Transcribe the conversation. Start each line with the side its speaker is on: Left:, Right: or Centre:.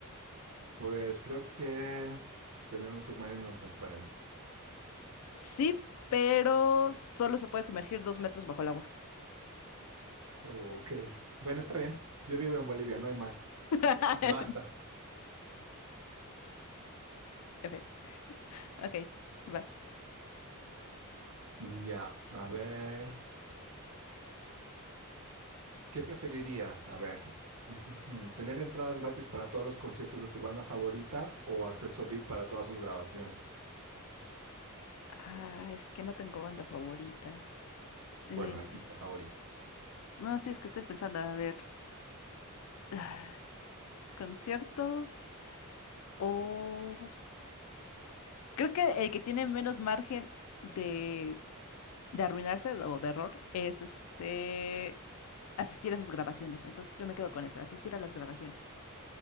Right: Pues creo que tener un submarino transparente.
Left: Sí, pero solo se puede sumergir dos metros bajo el agua.
Right: Ok. Bueno, está bien. Yo vivo en Bolivia, no hay mar.
Left: <laughs>
Right: Me basta.
Left: Ok, ok, vas.
Right: Ya, a ver. ¿Qué preferirías? A ver. <laughs> ¿Tener entradas gratis para todos los conciertos de tu banda favorita o acceso VIP para todas sus grabaciones?
Left: Ah, es que no tengo banda favorita. Eh,
Right: Bueno, artista favorito.
Left: no, sí, es que estoy pensando, a ver. <sighs> conciertos o creo que el que tiene menos margen de, de arruinarse o de error es este asistir a sus grabaciones. Entonces yo me quedo con eso, asistir a las grabaciones.